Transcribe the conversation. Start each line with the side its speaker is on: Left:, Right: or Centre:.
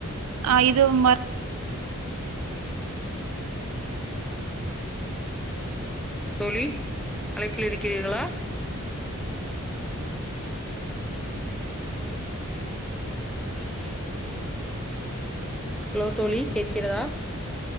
Right: அ இதும் வர
Centre: தோழி அழைப்பில் இருக்கிறீர்களா <inaudible> ஹலோ தோழி கேட்கிறதா